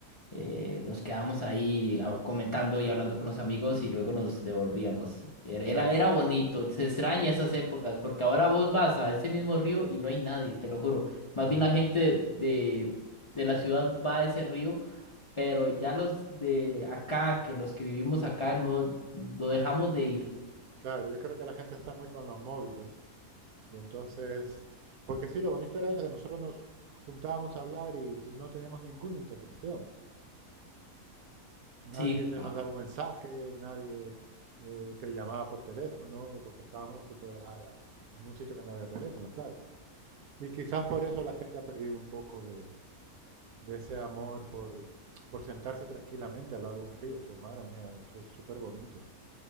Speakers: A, on the left; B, on the right.
A: eh, nos quedábamos ahí ah, comentando y hablando con los amigos y luego nos devolvíamos. Era,
B: claro,
A: era, era bonito, se extraña esas épocas, porque ahora vos vas a ese mismo río y no hay nadie, te lo juro. Más
B: madre.
A: bien la gente de, de la ciudad va a ese río pero ya los de acá, que los que vivimos acá, no lo dejamos de ir.
B: Claro, yo creo que la gente está muy con los móviles y entonces, porque sí, lo bonito era eso, que nosotros nos juntábamos a hablar y, y no teníamos ninguna interrupción. Nadie
A: Sí,
B: te
A: ah,
B: mandaba un mensaje, nadie eh, te llamaba por teléfono, porque estábamos por- ah, en un sitio que no había teléfono, claro. Y quizás por eso la gente ha perdido un poco de, de ese amor por, por sentarse tranquilamente al lado de un río. Eso, madre mía, eso es súper bonito.